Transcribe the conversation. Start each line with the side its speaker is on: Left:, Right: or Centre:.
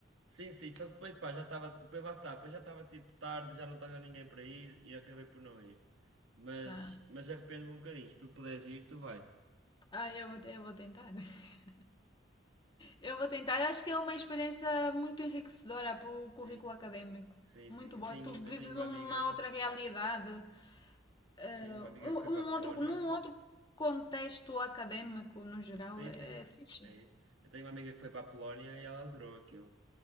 Right: Sim, sim, só que depois pá, já estava. Depois lá está, depois já estava tipo tarde, já não estava ninguém para ir e acabei por não ir. Mas,
Left: Vá.
Right: mas arrependo-me um bocadinho. Se tu puderes ir, tu vai.
Left: Ah, eu vou, eu vou tentar. <laughs> Eu vou tentar. Acho que é uma experiência muito enriquecedora para o currículo
Right: Sim,
Left: académico.
Right: sim,
Left: Muito
Right: sim.
Left: boa.
Right: Eu tenho,
Left: Tu vives
Right: eu tenho uma
Left: uma
Right: amiga,
Left: outra realidade, eh,
Right: eu tenho uma amiga
Left: um
Right: que foi
Left: um
Right: para a Polónia.
Left: outro, num outro contexto académico no geral.
Right: Sim,
Left: É
Right: sim.
Left: fixe.
Right: É isso. Eu tenho uma amiga que foi para a Polónia e ela adorou aquilo.